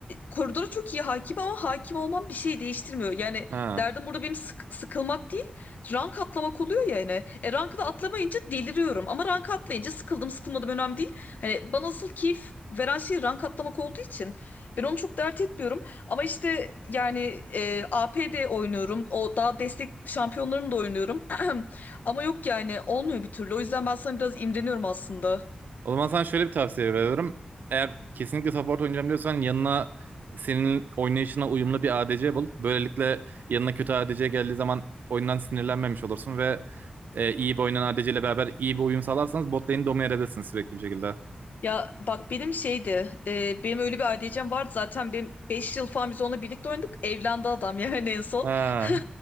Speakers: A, on the left; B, on the right.
A: koridora çok iyi hakim ama hakim olmam bir şey değiştirmiyor. Yani
B: Ha.
A: derdim burada benim sık- sıkılmak değil rank atlamak oluyor yani. E, rankı da atlamayınca deliriyorum ama rank atlayınca sıkıldım sıkılmadım önemli değil. Hani bana asıl keyif veren şey rank atlamak olduğu için ben onu çok dert etmiyorum. Ama işte yani e, A P de oynuyorum. O daha destek şampiyonlarını da oynuyorum. <clears throat> Ama yok yani olmuyor bir türlü. O yüzden ben sana biraz imreniyorum aslında.
B: O zaman sana şöyle bir tavsiye veriyorum. Eğer kesinlikle support oynayacağım diyorsan yanına senin oynayışına uyumlu bir ADC bul. Böylelikle yanına kötü ADC geldiği zaman oyundan sinirlenmemiş olursun ve e, iyi bir oynayan ADC ile beraber iyi bir uyum sağlarsanız bot lane'i domine edersiniz sürekli bir şekilde.
A: Ya bak benim şeydi, e, benim öyle bir ADC'm vardı zaten benim 5 yıl falan biz onunla birlikte oynadık. Evlendi adam <laughs> yani en son.
B: Ha.
A: <laughs>